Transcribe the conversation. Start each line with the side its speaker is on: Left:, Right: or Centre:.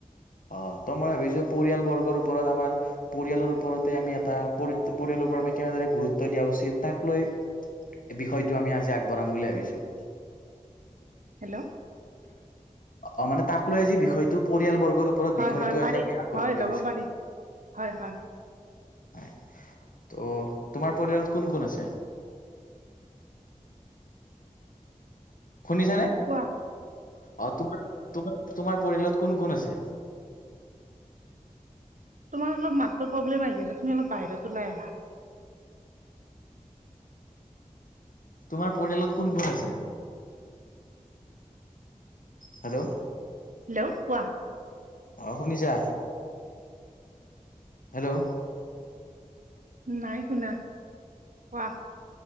Left: অ ত মই ভাবিছো পৰিয়ালবৰ্গৰ ওপৰত আমাৰ পৰিয়ালৰ ওপৰতে আমি এটা পৰি পৰিয়াল ম কেনেদৰে গুৰুত্ব দিয়া উচিত তাক লৈ এই বিষয়টো আমি আজি আগবঢ়াম বুলি ভাবিছোঁ।
Right: হেল্ল'।
Left: অ মানে তাক লৈ আজি বিষয়টো পৰিয়ালবৰ্গৰ ওপৰত
Right: হয়
Left: বিষয়টো
Right: হয় পাৰি
Left: আজি আমি আগবঢ়াব
Right: হয়
Left: বুলি
Right: ল'ব
Left: ভাবিছো
Right: পাৰি হয় হয়
Left: হয় ত' তোমাৰ পৰিয়াল কোন কোন আছে শুনিছ নে
Right: কোৱা
Left: অ তুমি তুমি তোমাৰ পৰিয়ালত কোন কোন আছে?
Right: তোমাৰ অলপ মাতো প্ৰব্লেম আহি আছে তুমি অলপ বাহিৰত ওলাই আহা।
Left: তোমাৰ পৰিয়ালত কোন কোন আছে? হেল্ল'
Right: হেল্ল' কোৱা
Left: অ', শুনিছা? হেল্ল'
Right: নাই শুনা কোৱা